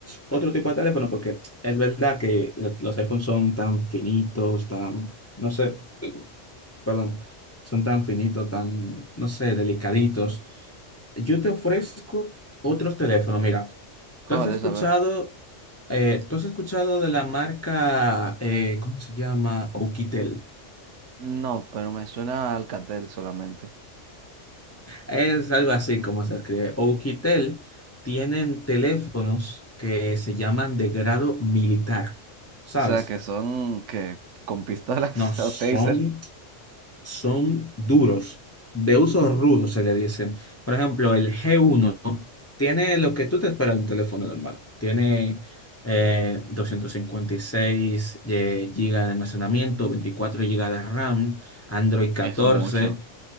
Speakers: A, on the left; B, on the right.
A: otro tipo de teléfono, porque es verdad que lo- los iPhones son tan finitos, tan, no sé, perdón, son tan finitos, tan, no sé, delicaditos. Yo te ofrezco otros teléfonos. Mira,
B: ¿Cómo
A: tú has escuchado,
B: de saber?
A: eh, tú has escuchado de la marca, eh, ¿cómo se llama? Oukitel.
B: No, pero me suena a Alcatel solamente.
A: Es algo así como se escribe. Oukitel tienen teléfonos que se llaman de grado militar, ¿sabes?
B: O sea, que son que con pistolas
A: No, son,
B: <laughs> o taser
A: son duros, de uso rudo se le dicen. Por ejemplo, el G1 tiene lo que tú te esperas de un teléfono normal. Tiene eh, 256 gigas de almacenamiento, 24 gigas de RAM, Android 14
B: es mucho.